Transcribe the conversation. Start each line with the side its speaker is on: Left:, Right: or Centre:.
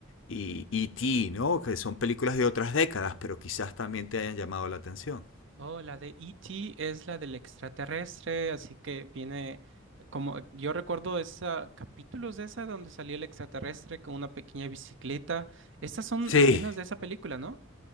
Left: y E.T., ¿no? Que son películas de otras décadas, pero quizás también te hayan llamado la atención.
Right: Oh, la de E.T. es la del extraterrestre, así que viene como yo recuerdo esa capítulos de esa donde salía el extraterrestre con una pequeña bicicleta. Estas son
Left: Sí,
Right: escenas de esa película, ¿no?